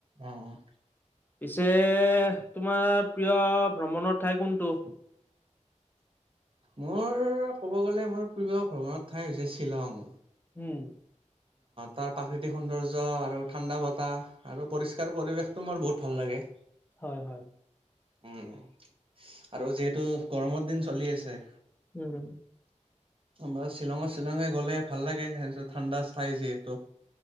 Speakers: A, on the right; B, on the left.
A: অ'।
B: পিছে তোমাৰ প্ৰিয় ভ্ৰমণৰ ঠাই কোনটো?
A: মোৰ ক'ব গ'লে মোৰ প্ৰিয় ভ্ৰমণৰ ঠাই হৈছে শ্বিলং
B: উম।
A: তাৰ প্ৰাকৃতিক সৌন্দৰ্য আৰু ঠাণ্ডা বতাহ আৰু পৰিষ্কাৰ পৰিৱেশটো মোৰ বহুত ভাল লাগে।
B: হয়, হয়।
A: উম আৰু যিহেতু গৰমৰ দিন চলি আছে-
B: উম।
A: বা শ্বিলঙৰ শ্বিলঙে গ'লে ভাল লাগে সেইটো ঠাণ্ডা ঠাই যিহেতু।